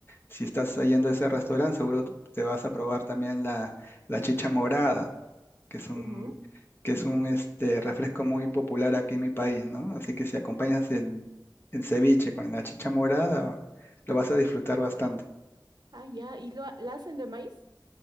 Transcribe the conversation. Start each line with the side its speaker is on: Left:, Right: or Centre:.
Left: Si estás yendo a ese restaurante, seguro te vas a probar también la, la chicha morada, que es
Right: ujú.
Left: un, que es un este, refresco muy popular aquí en mi país, ¿no? Así que si acompañas el, el ceviche con la chicha morada, lo vas a disfrutar bastante.
Right: Ah, ya. ¿Y lo, ha- la hacen de maíz?